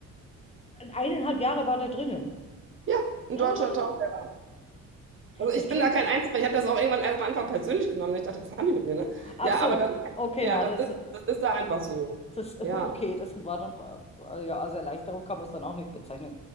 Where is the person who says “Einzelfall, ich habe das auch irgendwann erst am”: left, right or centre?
Right